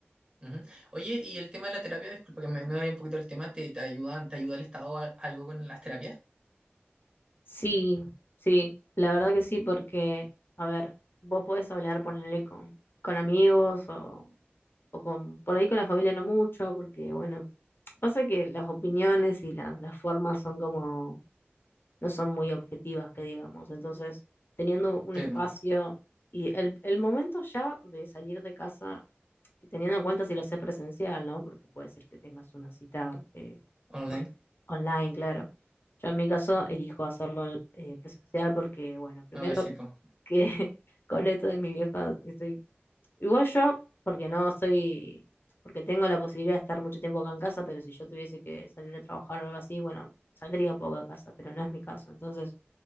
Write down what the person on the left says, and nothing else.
Sí, sí, la verdad que sí, porque, a ver, vos podés hablar, ponerle con, con amigos o, o con, por ahí con la familia no mucho, porque, bueno, pasa que las opiniones y las las formas son como, no son muy objetivas, que digamos. Entonces, teniendo un
espacio
y el, el momento ya de salir de casa y teniendo en cuenta si lo haces presencial, ¿no? Porque puede ser que tengas una cita eh,
por- online, claro. Yo en mi caso elijo hacerlo eh, presencial porque, bueno, primero
que <laughs> con esto de mi vieja estoy... Igual yo, porque no soy... Porque tengo la posibilidad de estar mucho tiempo acá en casa, pero si yo tuviese que salir a trabajar o algo así, bueno, saldría un poco de casa, pero no es mi caso. Entonces,